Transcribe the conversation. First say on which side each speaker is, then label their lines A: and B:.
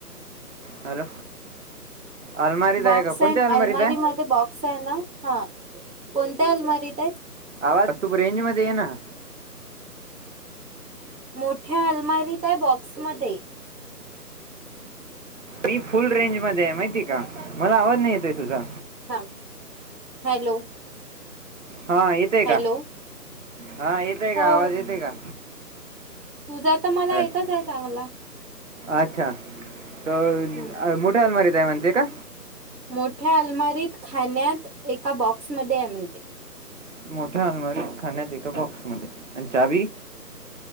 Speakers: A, on the right; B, on the right.
A: हॅलो अलमारीत
B: बॉक्स
A: आहे का कोणत्या
B: अलमारी
A: अलमारीत आहे
B: मध्ये बॉक्स आहे ना हा कोणत्या अलमारीत आहे.
A: आवाज तू रेंज मध्ये ये ना?
B: मोठ्या अलमारीत आहे बॉक्स मध्ये,
A: मी फुल रेंज मध्ये माहितीय का मला आवाज नाही येतोय तुझा.
B: थांब हॅलो!
A: हा येतय
B: हॅलो
A: का, हा येतय का,
B: हो
A: आवाज येते का.
B: तुझा तर मला
A: अ-
B: येतच आहे चांगला.
A: अच्छा त
B: हम्म
A: मोठा अलमारी त आहे म्हणते का?
B: मोठ्या अलमारीत खाण्यात एका बॉक्समध्येध्ये आहे म्हणते.
A: मोठ्या अलमारीत खाण्यात एका बॉक्स मध्ये आणि चावी.